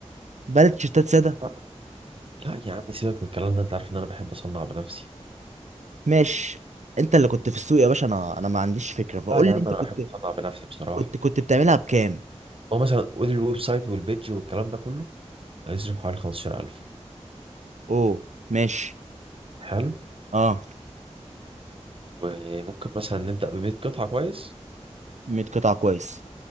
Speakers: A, on the right; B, on the right.
A: بالة تيشيرتات سادة
B: لا لا يا عم سيبك من الكلام ده أنت عارف إن أنا بحب أصنع بنفسي
A: ماشي انت اللي كنت في السوق يا باشا انا انا ما عنديش فكرة فقول
B: لا يا
A: لي
B: عم
A: انت
B: أنا
A: كنت
B: بحب أصنع بنفسي بصراحة
A: كنت كنت بتعملها بكام
B: هو مثلا قول الويب سايت والبيدج والكلام ده كله هيصرف حوالي 15000
A: اوه ماشي
B: حلو
A: اه
B: وممكن مثلا نبدأ ب 100 قطعة كويس
A: 100 قطعة كويس